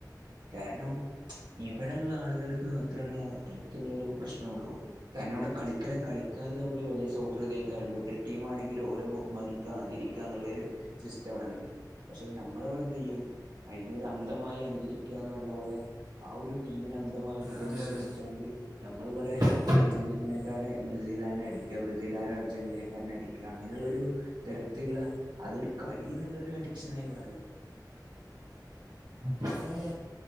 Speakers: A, on the right (about 80°); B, on the right (about 65°).
A: കാരണം ഇവിടെള്ള ആളുകൾക്ക് മാത്രാണ അത് അത്തരത്തിലുള്ളൊരു പ്രശ്നൊള്ളൂ കാരണം അവിടെ കളിക്കള കളിക്കാര് തമ്മില് വലിയ സൗഹൃദായിക്കാരും എതിർ ടീമാണെങ്കിലൊ ഓല ബഹുമാനി ക്കതിരിക്ക എന്നൊഋള്ളൊരു സിസ്റ്റം ഇവിടിണ്ട് പക്ഷെ ഞമ്മളിവിടെ എന്തേയ്യും അയിനൊരു അന്തമായി അനുകരിക്ക എന്ന് പറഞ്ഞ പോലെ ആ ഒരു ടീമിന അന്തമായിട്ട്
B: അതെ
A: വിശ്വസിച്ചാണ്ട്
B: അതെ അതെ
A: ഞമ്മളിവിടെ
B: ഇപ്പം
A: ഒരു അർജന്റീനക്കാരെ ബ്രസീലാരെ അടിക്ക ബ്രസീലാരെ അർജന്റീനക്കാര്നെ അടിക്ക അങ്ങനെയുള്ളൊരു തെരത്തിള്ള അതൊരു കളി എന്നുള്ള ഒരു അഡിക്ഷനായി മാറാ
B: ക്കെ